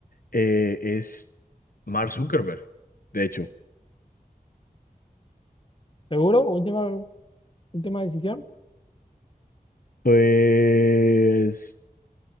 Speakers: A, on the left (about 65°); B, on the left (about 35°).
A: eh, es Mark Zuckerberg, de hecho.
B: ¿Seguro? Última Última decisión.
A: Pues...